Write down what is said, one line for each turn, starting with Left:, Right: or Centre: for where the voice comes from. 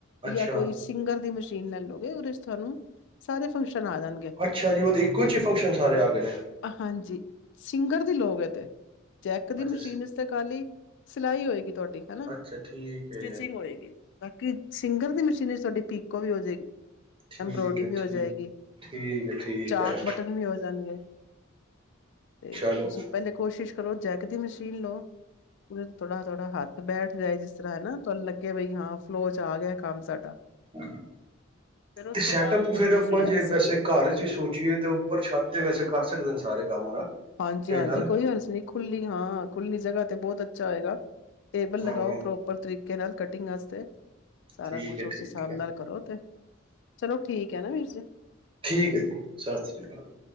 Right: ਅੱਛਾ
Left: ਜਾਂ ਕੋਈ ਸਿੰਗਰ ਦੀ ਮਸ਼ੀਨ ਲੈ ਲਓਗੇ, ਉਹਦੇ 'ਚ ਤੁਹਾਨੂੰ ਸਾਰੇ ਫੰਕਸ਼ਨ ਆ ਜਾਣਗੇ
Right: ਅੱਛਾ ਜੀ, ਉਹਦੇ ਇੱਕੋ ਹੀ ਫੰਕਸ਼ਨ ਸਾਰੇ ਆ ਗਏ ਨੇ।
Left: ਹਾਂਜੀ, ਸਿੰਗਰ ਦੀ ਲਉਗੇ ਤੇ, ਜੈਕ ਦੀ
Right: ਅੱਛਾ
Left: ਮਸ਼ੀਨ ਇਸ ਤੇ ਖਾਲੀ ਸਿਲਾਈ ਹੋਏਗੀ ਤੁਹਾਡੀ, ਹਨਾ
Right: ਅੱਛਾ ਠੀਕ
Left: ਸਟਿਚਿੰਗ
Right: ਹੈ
Left: ਹੋਏਗੀ। ਬਾਕੀ ਸਿੰਗਰ ਦੀ ਮਸ਼ੀਨ 'ਚ,, ਤੁਹਾਡੀ ਪੀਕੋ ਵੀ ਹੋ ਜਾਏਗੀ।
Right: ਠੀਕ
Left: ਐੰਬਰੋਇਡਰੀ
Right: ਹੈ
Left: ਵੀ
Right: ਠੀਕ
Left: ਹੋ ਜਾਏਗੀ,
Right: ਠੀਕ ਹੈ ਠੀਕ
Left: ਚਾਕ,
Right: ਹੈ
Left: ਬ ਵੀ ਹੋ ਜਾਣਗੇ, ਤੇ
Right: ਚਲੋ
Left: ਤੁਸੀਂ ਪਹਿਲੇ ਕੋਸ਼ਿਸ਼ ਕਰੋ, ਜੈਕ ਦੀ ਮਸ਼ੀਨ ਲਓ। ਥੋੜਾ -ਥੋੜਾ, ਹੱਥ ਬੈਠ ਜਾਏ, ਜਿਸ ਤਰ੍ਹਾਂ ਹਨਾ ਤੁਹਾਨੂੰ ਲੱਗੇ ਬਈ ਹਾਂ, ਫਲੋ 'ਚ ਆ ਗਿਆ ਕੰਮ ਸਾਡਾ
Right: ਤੇ
Left: ਫੇਰ ਉਸ ਤੋਂ
Right: ਸੈਟਅੱਪ,
Left: ਬਾਅਦ ਤੁਸੀਂ
Right: ਫੇਰ
Left: ਦੂਸਰੀ
Right: ਆਪਾਂ
Left: ਲੈ
Right: ਜੇ
Left: ਸਕਦੇ
Right: ਵੈਸੇ
Left: ਹੋ
Right: ਘਰ 'ਚ ਸੋਚ ਚੀਏ, ਤੇ ਉੱਪਰ ਛੱਤ ਤੇ ਵੈਸੇ ਕਰ ਸਕਦੇ ਨੇ, ਸਾਰੇ ਕੰਮ ਹਨਾ।
Left: ਹਾਂਜੀ
Right: ਟੇਲਰ
Left: -ਹਾਂਜੀ, ਕੋਈ ਹਰਜ ਨਹੀਂ, ਖੁੱਲੀ ਹਾਂ -ਖੁੱਲੀ ਜਗ੍ਹਾ ਤੇ ਬਹੁਤ ਅੱਛਾ ਹੋਏਗਾ। ਟੇਬਲ
Right: ਹਮ
Left: ਲਗਾਉ, ਪ੍ਰੋਪਰ ਤਰੀਕੇ ਨਾਲ ਕਟਿੰਗ ਵਾਸਤੇ ਸਾਰਾ
Right: ਠੀਕ
Left: ਕੁਛ
Right: ਹੈ
Left: ਉਸ
Right: ਠੀਕ
Left: ਹਿਸਾਬ
Right: ਹੈ
Left: ਨਾਲ ਕਰੋ ਫੇਰ ਚਲੋ ਠੀਕ ਹੈ ਨਾ, ਵੀਰ ਜੀ।
Right: ਠੀਕ ਹੈ ਜੀ, ਸਤਿ ਸ੍ਰੀ ਅਕਾਲ।